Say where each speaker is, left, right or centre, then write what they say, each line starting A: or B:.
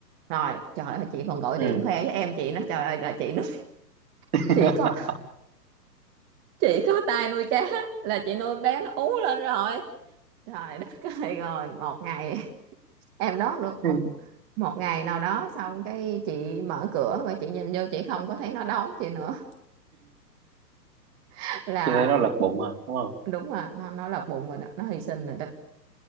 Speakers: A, on the right; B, on the right.
A: rồi trời ơi chị còn gọi
B: ừ
A: điện khoe với em chị nó trời ơi là chị nó <laughs>
B: <laughs>
A: chị có chị có tay nuôi cá là chị nuôi bé nó ú lên rồi trời đất ơi rồi một ngày em đón được
B: ừ
A: một một ngày nào đó xong cái chị mở cửa mà chị nhìn vô chị không có thấy nó đón chị nữa <laughs> là
B: Chị thấy nó lật bụng à, đúng không?
A: đúng rồi nó nó lật bụng rồi đó nó hy sinh rồi đó